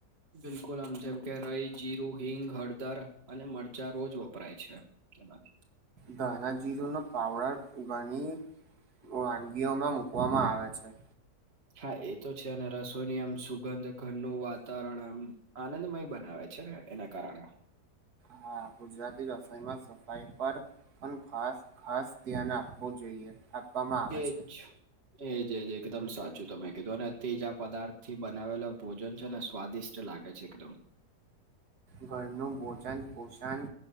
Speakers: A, on the right (about 40°); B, on the right (about 60°).
A: બિલકુલ આમ જેમ કે રઈ જીરું હિંગ હળદર અને મરચાં રોજ વપરાય છે જમાં
B: દાદા જવ ના પાાવડાર ગણી વાનગીઓમાં મુૂકવામાં આવે છે
A: હા એ તો છે અને રસોની આમ સુગંધ ઘરનું વાતાવરણ આમ આનંદમય બનાવે છે છે એના કારણે
B: હા ગુજરાતી રસમમાં સફાઈ પર કોન ખાસ ખાસ ધ્યાન આપ હોવ જોઈએ આપવામાં આવે
A: એજ
B: છે
A: એજજ એકદમ સાચું તમે કીધું ને તેજા પદાર્થ થી બનાવેલ ભોજન છે ને સ્વાદિષ્ટ લાગે છે એકદમ
B: ઘરનું ભોજન પોષણ